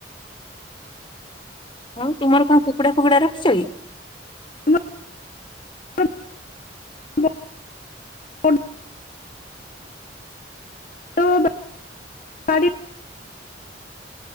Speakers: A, on the left; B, on the left.
A: ଆଉ ତୁମର କଣ କୁକୁଡ଼ା ଫୁକୁଡା ରଖିଛ କି?
B: <unintelligible> ବଡ <unintelligible>